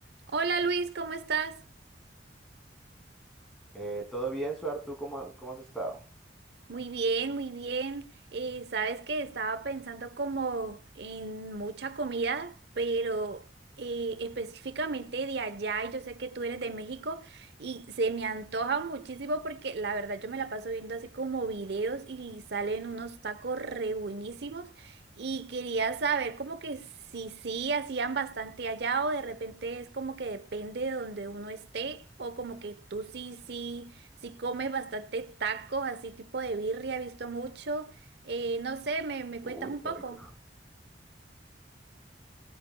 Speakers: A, on the right; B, in the centre.
A: Hola Luis, ¿cómo estás?
B: Eh, ¿todo bien, Suar? ¿Tú cómo, cómo has estado?
A: Muy bien, muy bien. Eh, sabes que estaba pensando como en mucha comida, pero eh, específicamente de allá, y yo sé que tú eres de México, y se me antoja muchísimo porque la verdad yo me la paso viendo así como videos y salen unos tacos re buenísimos. Y quería saber como que si sí hacían bastante allá o de repente es como que depende de donde uno esté o como que tú sí, sí. Si comes bastante tacos, así tipo de birria, he visto mucho. Eh, no sé, me, me
B: Uy,
A: cuentas un
B: qué
A: poco.
B: rico.